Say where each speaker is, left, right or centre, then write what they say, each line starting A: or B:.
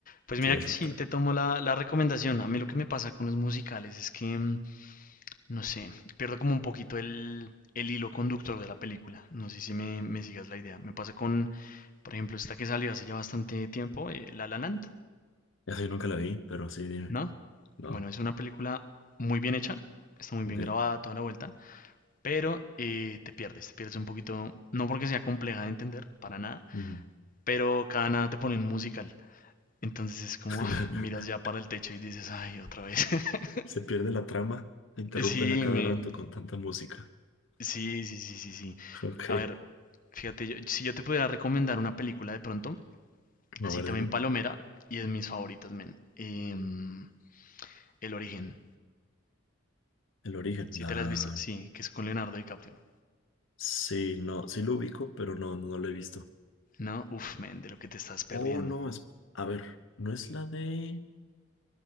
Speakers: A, on the left; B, on the left.
A: Pues
B: Sí,
A: mira
B: exacto.
A: que sí, te tomo la, la recomendación. A mí lo que me pasa con los musicales es que, mm, no sé, pierdo como un poquito el, el hilo conductor de la película. No sé si me, me sigas la idea. Me pasa con, por ejemplo, esta que salió hace ya bastante tiempo, eh, La La Land,
B: Ya sé, yo nunca la vi, pero sí, dime.
A: ¿no?
B: No.
A: Bueno, es una película muy bien hecha, está muy
B: Ok.
A: bien grabada toda la vuelta, pero eh, te pierdes, te pierdes un poquito, no porque sea compleja de entender, para nada,
B: Ujú.
A: pero cada nada te ponen musical. Entonces es como,
B: <laughs>
A: <laughs> ah, miras ya para el techo y dices, ay, otra vez. <laughs>
B: Se pierde la trama, la interrumpen
A: Sí,
B: a cada
A: men.
B: rato con tanta música.
A: Sí, sí, sí, sí, sí.
B: Ok.
A: A ver, fíjate, yo- si yo te pudiera recomendar una película de pronto,
B: A
A: así
B: ver,
A: también
B: dime.
A: Palomera, y es mis favoritas, men. Em, El origen.
B: El origen,
A: ¿Sí
B: la...
A: te la has visto? Sí, que es con Leonardo DiCaprio.
B: Sí, no, sí lo ubico, pero no, no, no lo he visto.
A: No, uff, men, de lo que te estás perdiendo.
B: Oh, no, es... A ver, ¿no es la de...